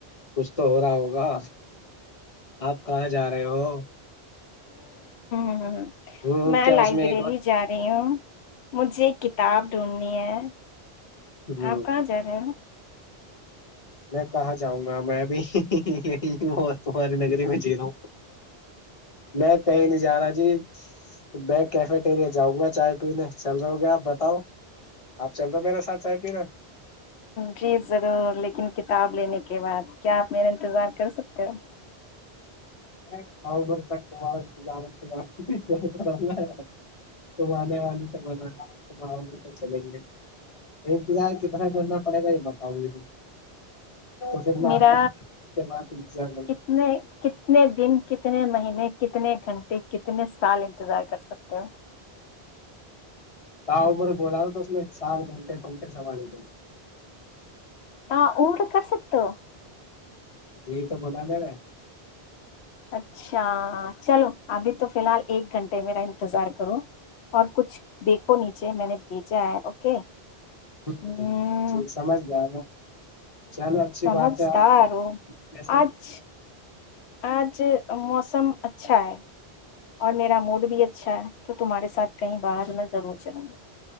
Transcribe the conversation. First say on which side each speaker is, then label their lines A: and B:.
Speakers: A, on the left (about 35°); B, on the left (about 80°).
A: کچھ تو ہو رہا ہوگا آپ کہاں جا رہے ہو
B: ہ ہاں
A: ہ
B: میں
A: کیا
B: لائبریری
A: اس ایک
B: جا رہی ہوں مجھے کتاب ڈھونڈنی ہے
A: ہ
B: آپ کہاں جا رہے ہیں
A: میں کہاں جاؤں گا میں بھی ہ تمہاری نگری میں جی رہا ہ میں کہیں نہیں جا رہا جی میں کیفیٹیریا جاؤں گا چائے پینے چل رہے ہو گے آپ بتاؤ آپ چل رہے ہو میرے ساتھ چائے پینے
B: جی ضرور لیکن کت کتاب لینے کے بعد کیا آپ میرا انتظار کر سکتے ہو
A: <unintelligible> تمہارا انتظام کے ہے <unintelligible> تم آنے والے تو بولو تم آوگی تو چلیںے انتظار کہ ب کرنا پڑے گا ہی پاؤی ہ تو پھر میں
B: میرا
A: آپتظار کر
B: کتنے کتنے دن کتنے مہینے کتنے گھنٹے کتنے سال انتظار کر سکتے ہو
A: ہؤمرے بولا تھا تو اس میں سار گھنٹے پنٹے سوال لیتے
B: ت عمر کر سکتے ہو
A: یہی تو بلا م میں
B: اچھا چلو ابھی تو فی الحال ایک گھنٹے میرا انتظار کرو اور کچھ دیکھو نیچے میں نے بھیجا ہے اوکے
A: ہ
B: ہ
A: سمجھ گیا چلو اچھی
B: سمجھتااروں
A: بات ہے آپ کیسے
B: آج آج موسم اچھا ہے اور میرا موڈ بھی اچھا ہے تو تمہارے ساتھ کہیں باہر میں ضرور چلوں گی